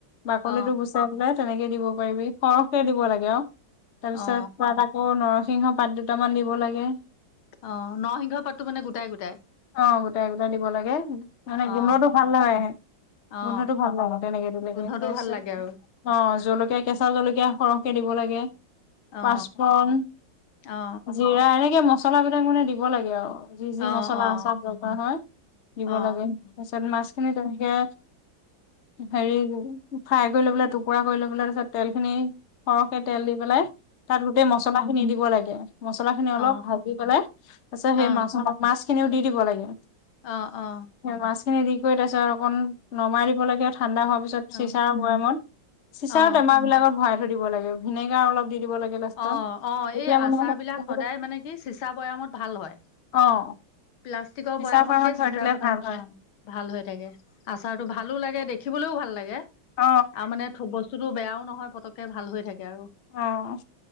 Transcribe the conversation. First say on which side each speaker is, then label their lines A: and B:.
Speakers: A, on the left; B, on the left.
A: বাকলি
B: অ
A: টো গুচাে তেনেকে দিব পাৰিবি সৰহকে দিব লাগে অ তাৰপিছত
B: অ
A: পা নৰসিংহ পাত দুটামান দিব লাগে
B: অ নৰসিংহ পাতটো মানে গোটাই গোটাই
A: আহ গোটাই গোটাই দিব লাগে মানে
B: অ
A: গোন্ধটো ভাল নাগেে
B: অ
A: গোন্ধটো ভাল নাগে তেনেকে দকে
B: গোন্ধটো
A: তাৰ
B: ভাল
A: পিছত
B: লাগে আৰু
A: আহ জলকীয়া কেঁচা জলকীয়া সৰহকে দিব লাগে
B: অ
A: পাঁচফন
B: অ
A: জৰাাৰ এনেকে মছলা বিলাক মানে দিব লাগে আৰু যি যি
B: অ অ
A: মছলা
B: অ
A: আচাৰ দৰকাৰ হয় দিব
B: অ
A: লাগে তাৰ পিছত মাছ খিনি তেনেকে হেৰি ফ্ৰাই কৰি ল'বলৈ টুকুৰা কৰি ল'বলৈ তাৰিছত তেল খিনি সৰহকে তেল দি পেলাই তাত গোটেই মছলাখিন নি দিব লাগে অ মছলা খিনি অলপ
B: অ
A: ভাজি পেললে তাৰপিছত
B: অ
A: সেই
B: অ
A: মাছ মাছ খিনিও দি দিব লাগে
B: অ অ
A: সেই মাছ খিনি দি কত আছে অকন নমাই দিব লাগে থা ঠাণ্ডা হোৱাৰ পিছত
B: অ',
A: চিচাৰৰ বয়েমত চিচাৰ
B: অ',
A: টেমা বিলাকত ভৰাই থ থৈ দিব লাগে ভিনেগাৰ অলপ দি দিব লাগে লাষ্টত
B: অ অ
A: তেতিয়া
B: এই
A: মানে
B: আচাৰ বিলাক সদায় মানে কি চিচা বৈয়ামত ভাল হয়
A: অ
B: প্লাছ- টিকৰ
A: প্ৰেছাৰ
B: বয়ামতকে
A: ফাৰ্মত থৈ
B: চিচা
A: দিলে
B: পতা
A: ভাল হয়।
B: অ ভাল হৈ থাকে আচাৰটো ভালো লাগে দেখি খিবলৈও ভাল লাগে। আৰু
A: অ'।
B: মানে বস্তুতো বেয়াও নহয় পতককে ভাল হৈ থাকে আৰু
A: অ'